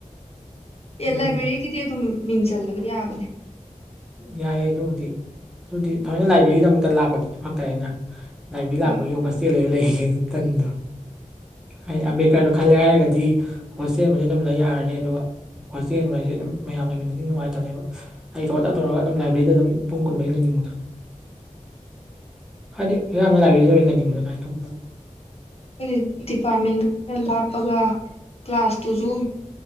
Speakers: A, on the left; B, in the centre.
A: ꯎ ꯑꯦ
B: ꯑꯗꯨꯒꯤꯅꯤꯗ
A: ꯂꯥꯏꯕ꯭ꯔꯦꯔꯤꯒꯤꯗꯤ ꯑꯗꯨꯝ ꯃꯤꯡ ꯆꯜꯂꯒ ꯌꯥꯕꯅꯦ꯫
B: ꯌꯥꯏꯑꯌꯦ ꯑꯗꯨꯕꯨꯗꯤ ꯑꯗꯨꯗꯤ ꯊꯑꯣꯏꯅ ꯂꯥꯏꯕ꯭ꯔꯦꯔꯤꯒꯤꯗꯃꯛꯇ ꯂꯥꯛꯄꯗꯨꯗꯤ ꯐꯥꯔꯛ ꯇꯌꯦꯗꯅ꯫ ꯂꯥꯏꯕꯤ
A: ꯍꯣꯏ
B: ꯂꯥꯛꯄꯒꯤ ꯍꯣꯁꯇꯦꯜꯗꯒ ꯂꯩꯌꯦ ꯇꯟꯗꯣ ꯑꯩ ꯑꯝꯕꯦꯗꯀꯔꯗ ꯈꯜꯂꯦ ꯍꯥꯏꯔꯒꯗꯤ ꯍꯣꯁꯇꯦꯜ ꯑꯃꯗꯤ ꯑꯗꯨꯝ ꯂꯩ ꯌꯥꯔꯅꯤ ꯑꯗꯨꯒ꯫ ꯍꯣꯁꯇꯦꯜ ꯃꯩꯁ ꯑꯗꯨꯝ ꯃꯌꯥꯝ ꯂꯩꯃꯤꯟꯅꯗꯤ ꯅꯨꯡꯉꯥꯏꯇꯕꯅꯦꯕ ꯑꯩ ꯆꯠꯇꯧꯔꯒ ꯑꯗꯨꯝ ꯂꯥꯏꯕ꯭ꯔꯦꯔꯤꯗ ꯑꯗꯨꯝ ꯄꯨꯡ ꯀꯨꯟꯃꯔꯤ ꯂꯩꯅꯤꯡꯕꯗꯣ꯫ ꯍꯥꯏꯗꯤ ꯌꯥꯝꯅꯥꯏꯕꯦꯔꯤꯗ ꯑꯣꯏꯅꯅꯤꯡꯕꯣꯃꯅ ꯇꯧꯕꯗꯣ꯫
A: ꯑꯩꯈꯣꯏ ꯗꯤꯄꯥꯔꯠꯃꯦꯟ ꯂꯥꯞꯄꯒ ꯀ꯭ꯂꯥꯁꯇꯨꯁꯨ꯫